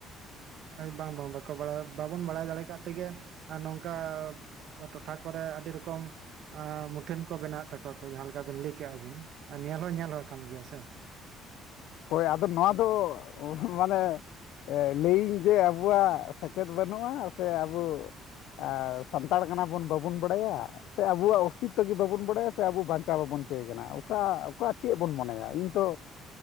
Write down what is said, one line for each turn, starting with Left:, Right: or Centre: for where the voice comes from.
Right: ᱵᱟᱝ ᱵᱟᱝ ᱵᱟᱠᱚ ᱵᱟᱲᱟᱭ ᱵᱟᱵᱚᱱ ᱵᱟᱲᱟᱭ ᱫᱟᱲᱮ ᱠᱟᱜ ᱛᱮᱜᱮ ᱟ ᱱᱚᱝᱠᱟ ᱴᱚᱴᱷᱟ ᱠᱚᱨᱮ ᱟᱰᱤ ᱨᱚᱠᱚᱢ ᱟ ᱢᱩᱴᱷᱟᱹᱱ ᱠᱚ ᱵᱮᱱᱟᱣᱮᱫ ᱛᱟᱠᱚᱣᱟ ᱠᱚ ᱡᱟᱦᱟᱸ ᱞᱮᱠᱟ ᱵᱤᱱ ᱞᱟᱹᱭ ᱠᱮᱜᱼᱟ ᱵᱤᱱ ᱧᱮᱞ ᱦᱚᱸ ᱧᱮᱞ ᱦᱚᱸ ᱟᱠᱟᱱ ᱜᱮᱭᱟ ᱥᱮ
Left: ᱦᱳᱭ ᱟᱫᱚ ᱱᱚᱣᱟ ᱫᱚ ᱢᱟᱱᱮ ᱞᱟᱹᱭᱟᱹᱧ ᱡᱮ ᱟᱵᱚᱣᱟᱜ ᱥᱮᱪᱮᱫ ᱵᱟᱹᱱᱩᱜᱼᱟ ᱥᱮ ᱟᱵᱩ ᱟᱨ ᱥᱟᱱᱛᱟᱲ ᱠᱟᱱᱟ ᱵᱚᱱ ᱵᱟᱵᱚᱱ ᱵᱟᱰᱟᱭᱟ ᱥᱮ ᱟᱵᱚᱣᱟᱜ ᱚᱥᱛᱤᱛᱚ ᱜᱮ ᱵᱟᱵᱚᱱ ᱵᱟᱰᱟᱭᱟ ᱥᱮ ᱟᱵᱚ ᱵᱟᱧᱪᱟᱣ ᱵᱟᱵᱚᱱ ᱪᱟᱹᱭ ᱠᱟᱱᱟ ᱚᱠᱟ ᱚᱠᱟ ᱪᱮᱫ ᱵᱚᱱ ᱢᱚᱱᱮᱭᱟ ᱤᱧ ᱛᱚ